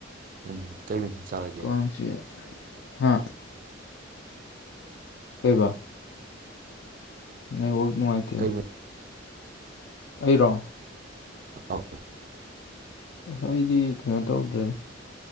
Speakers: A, on the right; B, on the left.
A: ꯎꯝ ꯀꯩ ꯃꯊ°ꯟ ꯆꯥꯔꯒꯦ
B: ꯀꯥꯡ ꯆꯤꯛꯑꯦ ꯍꯥ ꯀꯩꯕꯥ ꯅꯦꯠꯋꯥꯛ ꯅꯨꯡꯉꯥꯏꯇ°
A: ꯀꯩ ꯃ
B: ꯑꯩꯔꯣ
A: ꯑꯧ
B: ꯑꯩꯗꯤ ꯀꯩꯅꯣ ꯇꯧꯗ꯭ꯔꯦꯗꯥ